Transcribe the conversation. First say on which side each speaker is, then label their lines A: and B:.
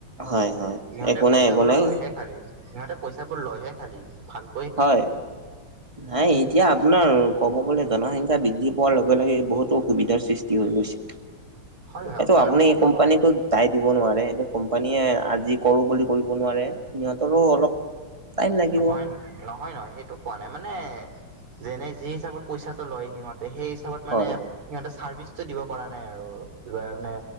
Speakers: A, on the right; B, on the right.
A: হয় হয়
B: ইহঁতেই
A: একো
B: পইচাবোৰ
A: নাই একো নাই
B: লয়হে খালি ইহঁতে পইচাবোৰ লৈহে খালি ভাল
A: হয় নাইট এতিয়া আপোনাৰ ক'ব গ'লে জনসংখ্যা বৃদ্ধি পোৱাৰ লগে লগে বহুতো অসুবিধাৰ সৃষ্টি হৈ গৈছে
B: হয় হয়
A: এইটো
B: আপোনাৰ
A: আপনি
B: কথাটো
A: এই কোম্পানীটোক
B: হয়
A: দাই দিব নোৱাৰে সেইটো কোম্পানীয়ে আজি কৰো বুলি কৰিব নোৱাৰে সিহঁতৰো অলপ টাইম লাগিব
B: নহয় নহয় নহয় সেইটো কোৱা নাই মানে যেনে যি হিচাপত পইচাটো লয় সিহঁতে সেই হিচাপত মানে
A: হয়
B: সিহঁতে চাৰ্ভিচটো দিব পৰা নাই আৰু কিবা মানে